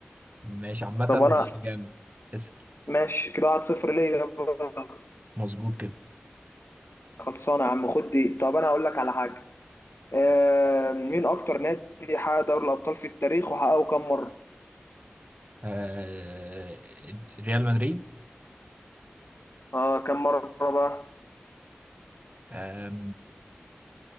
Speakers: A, on the right; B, on the left.
A: ماشي عامة
B: طب انا
A: جامد اسأل
B: ماشي كده 1-0 ليا بقى.
A: مظبوط كده
B: خلصانه يا عم خد دي طب انا هقول لك على حاجه آه مين اكتر نادي حقق دوري الابطال في التاريخ وحققه كم مره
A: آه ريال مدريد
B: اه كم مرة بقى
A: آه